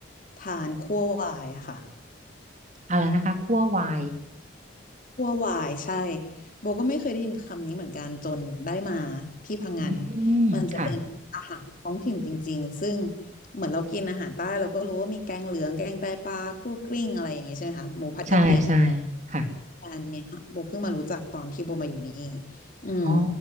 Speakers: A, on the left; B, on the right.
A: ทานคั่ววายค่ะ
B: อะไรนะคะคั่ววาย
A: วัวหวายใช่โบก็ไม่เคยได้ยินคำนี้เหมือนกันจนได้มาที่พังงาน
B: อืมค่ะ
A: มันจะเป็นอาหารท้องถิ่นจริงๆซึ่งเหมือนเรากินอาหารใต้เราก็รู้ว่ามีแกงเหลืองแกงไตปลาคั่วกลิ้งอะไรอย่างงี้ใช่ไหมคะหมูผัดกะปิ
B: ใช่ใช่ค่ะ
A: อันเนี้ยโบเพิ่งมารู้จักตอนที่โบมาอยู่นี่อืม
B: อ๋อ